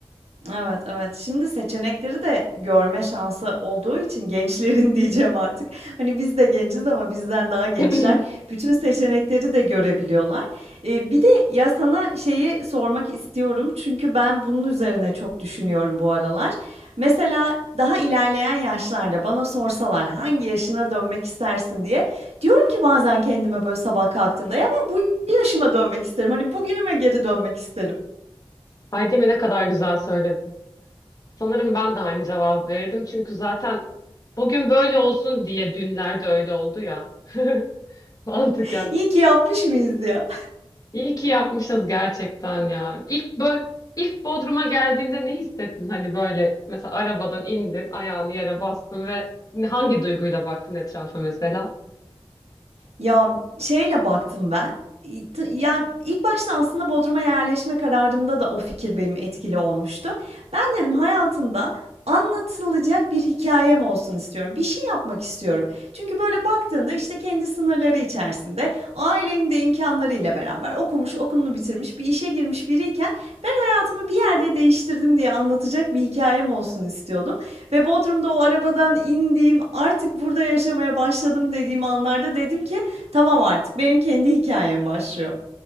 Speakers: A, on the right; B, on the left.
A: Evet, evet. Şimdi seçenekleri de görme şansı olduğu için gençlerin <laughs> diyeceğim artık. Hani biz de genciz ama bizden daha gençler
B: <clears throat>
A: bütün seçenekleri de görebiliyorlar. Eee, bir de ya sana şeyi sormak istiyorum çünkü ben bunun üzerine çok düşünüyorum bu aralar. Mesela daha ilerleyen yaşlarda bana sorsalar hangi yaşına dönmek istersin diye diyorum ki bazen kendime böyle sabah kalktığımda ya ben bu yaşıma dönmek isterim. Hani bugünüme geri dönmek isterim.
B: Ay değil mi ne kadar güzel söyledin. Sanırım ben de aynı cevap verirdim. Çünkü zaten bugün böyle olsun diye dünlerde öyle oldu ya. <laughs> Mantıken.
A: <laughs> İyi ki yapmış mıyız ya?
B: İyi ki yapmışız gerçekten ya. İlk böyle ilk Bodrum'a geldiğinde ne hissettin? Hani böyle mesela arabadan indin, ayağını yere bastın ve hangi duyguyla baktın etrafa mesela?
A: Ya, şeyle baktım ben, iii, tı yani, ilk başta aslında Bodrum'a yerleşme kararımda da o fikir benim etkili olmuştu. Ben dedim hayatımda anlatılacak bir hikâyem olsun istiyorum. Bir şey yapmak istiyorum. Çünkü böyle baktığında, işte, kendi sınırları içerisinde, ailenin de imkânlarıyla beraber okumuş, okulunu bitirmiş, bir işe girmiş biriyken ben hayatımı bir yerde değiştirdim diye anlatacak bir hikâyem olsun istiyordum ve Bodrum'da o arabadan indiğim, artık burada yaşamaya başladım dediğim anlarda dedim ki Tamam artık benim kendi hikayem başlıyor.